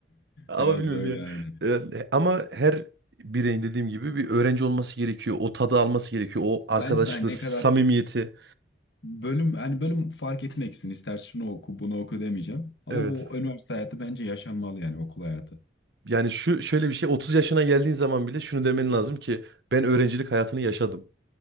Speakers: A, on the right (about 60°); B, on the left (about 65°).
A: Ama
B: Biraz
A: bilmiyorum
B: da öyle
A: ya.
B: aynen.
A: Evet, ama her bireyin dediğim gibi bir öğrenci olması gerekiyor. O tadı alması gerekiyor. O arkadaşlığı,
B: Bence de hani ne
A: samimiyeti.
B: kadar bölüm hani bölüm fark etmeksin. İster şunu oku bunu oku demeyeceğim. Ama
A: Evet.
B: bu üniversite hayatı bence yaşanmalı yani okul hayatı.
A: Yani şu şöyle bir şey 30 yaşına geldiğin zaman bile şunu demen lazım ki ben öğrencilik hayatını yaşadım.